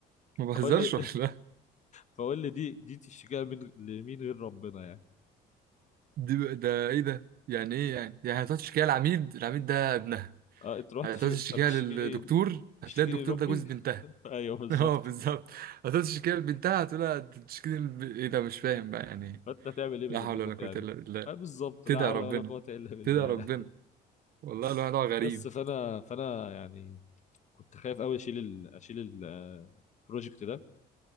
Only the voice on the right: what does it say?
ما بهزرش
ولا <laughs>
دي بقى- ده ايه ده يعني ايه يعني يعني هتقعد تشتكيها العميد العميد ده ابنها
هتقعد
تشتكيها
للدكتور هتلاقي
الدكتور
ده جوز بنتها
<laughs>
اه بالظبط هتقعد تشتكيها لبنتها هتقولها تشتكي لب- ايه ده مش فاهم بقى يعني إيه.
لا حول ولا قوة
إلا بالله
تدعي
ربنا
تدعي ربنا والله الواحد هو غريب